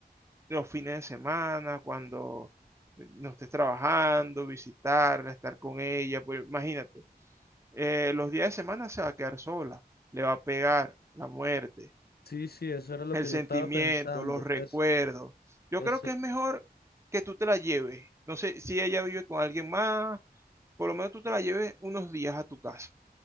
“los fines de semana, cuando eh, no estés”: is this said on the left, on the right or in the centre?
Right